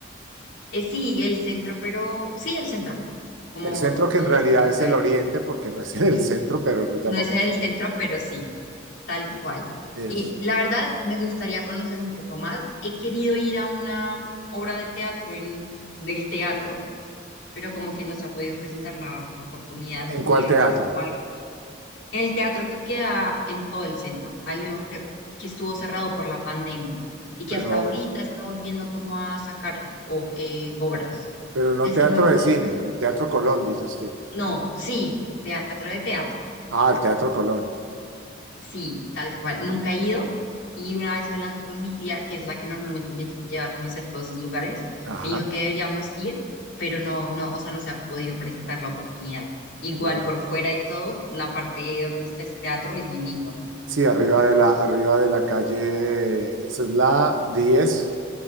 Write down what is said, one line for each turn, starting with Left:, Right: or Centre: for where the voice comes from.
Left: eh, sí, el centro, pero sí, el centro, como
Right: El centro
Left: donde
Right: que en realidad
Left: está el Museo
Right: es el
Left: del
Right: oriente,
Left: Oro.
Right: porque no es <laughs> en el centro, pero lo llamamos
Left: No es en el
Right: centro.
Left: centro, pero sí, tal
Right: Eh,
Left: cual.
Right: Es.
Left: Y la verdad, me gustaría conocer un poco más. He querido ir a una obra de teatro en, del teatro pero como que no se ha podido presentar la, la oportunidad
Right: ¿En
Left: ni
Right: cuál
Left: he
Right: teatro?
Left: visto como el, el teatro que queda en todo el centro. Hay uno creo, que estuvo cerrado por la pandemia y que
Right: Pero,
Left: hasta ahorita está volviendo como a sacar o- eh, obras.
Right: pero no
Left: Es
Right: teatro
Left: que no me acuerdo.
Right: de cine, el Teatro Colón, dices tú.
Left: No, sí, teatro de teatro.
Right: Ah, el Teatro Colón.
Left: Sí, tal cual. Nunca he ido. Y una vez hablando con mi tía, que es la que normalmente me lleva a conocer todos esos lugares,
Right: Ajá.
Left: me dijo que deberíamos ir, pero no, no, o sea, no se ha podido presentar la oportunidad. Igual
Right: Uh,
Left: por fuera y todo, la parte donde está ese teatro es muy lindo.
Right: sí, arriba de la, arriba de la calle, esa es la 10